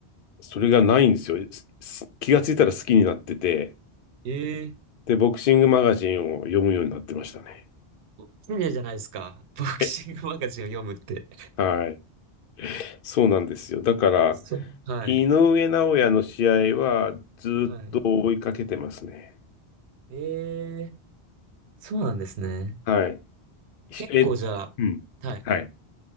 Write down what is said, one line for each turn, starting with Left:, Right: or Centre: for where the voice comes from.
Left: それがないんですよ。すす気がついたら好きになってて、
Right: ええ
Left: で、ボクシングマガジンを読むようになってましたね。
Right: ボクじゃないですか。ボクシングマガジンを読むって。
Left: え、はい。そうなんですよ。だから、
Right: そう。はい。
Left: 井上尚弥の試合はずっと追いかけてますね。
Right: はい。ええ、そうなんですね。
Left: はい。しえ、
Right: 結構じゃあ、
Left: うん。
Right: はい。
Left: はい。